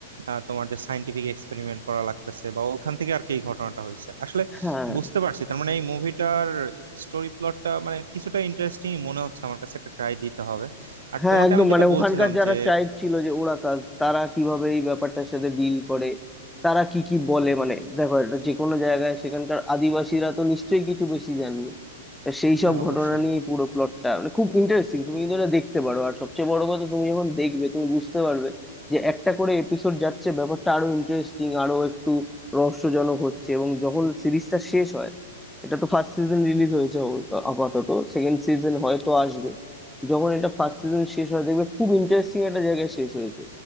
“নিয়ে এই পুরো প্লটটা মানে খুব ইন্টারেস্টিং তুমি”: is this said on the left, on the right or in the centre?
Centre